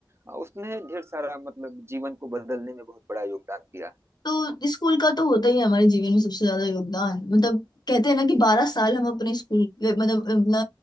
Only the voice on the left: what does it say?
तो स्कूल का तो होता ही है हमारे जीवन में सबसे ज्यादा योगदान मतलब कहते हैं ना कि बारह साल हम अपने स्कूल मतलब अपना